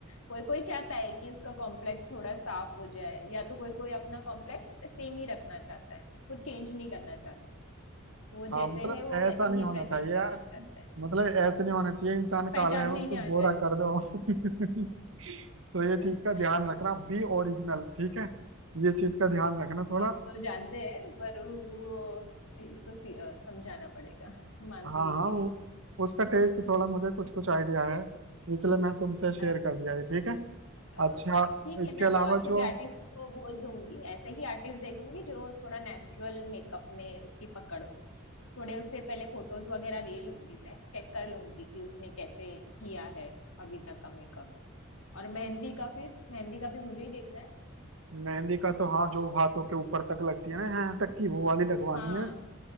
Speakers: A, on the left; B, on the right.
A: कोई कोई चाहता है कि उसका कॉम्प्लेक्स थोड़ा साफ हो जाए या तो कोई कोई अपना कॉम्प्लेक्स सेम ही रखना चाहता है कुछ चेंज नहीं करना चाहता है वो
B: हाँ
A: जैसे
B: मतलब
A: है वो
B: ऐसा
A: वैसे
B: नहीं
A: ही
B: होना
A: प्रेजेंट
B: चाहिए
A: करना
B: यार
A: चाहता है
B: मतलब ऐसे नहीं होना चाहिए इंसान
A: पहचान
B: काला है
A: में
B: उसको
A: ही ना
B: गोरा
A: आ जाए
B: कर दो <laughs> तो
A: <laughs>
B: ये चीज का ध्यान रखना बी ओरिजिनल ठीक है ये चीज का ध्यान रखना थोड़ा
A: हम तो जानते हैं पर वो इसको सी- अ, समझाना पड़ेगा मानती
B: हाँ
A: है
B: हाँ
A: कि
B: वो-
A: नहीं
B: उसका टेस्ट थोड़ा मुझे कुछ कुछ आइडिया है इसलिए मैं तुमसे शेयर
A: अच्छा
B: कर दिया ये ठीक है
A: ओके
B: अच्छा
A: ठीक
B: इसके
A: है मैं
B: अलावा
A: वो और से
B: जो
A: भी आर्टिस्ट को बोल दूंगी ऐसे ही आर्टिस्ट देखूंगी जो थोड़ा नेचुरल मेकअप में उसकी पकड़ हो थोड़े उससे पहले फोटोज वगैरह ले लूंगी मैं चेक कर लूंगी कि उसने कैसे किया है अभी तक का मेकअप और मेहंदी का फिर मेहंदी का भी मुझे ही देखना है
B: मेहंदी का तो हाँ जो हाथों के ऊपर तक लगती है ना यहाँ तक की वो वाली लगवानी
A: हाँ
B: है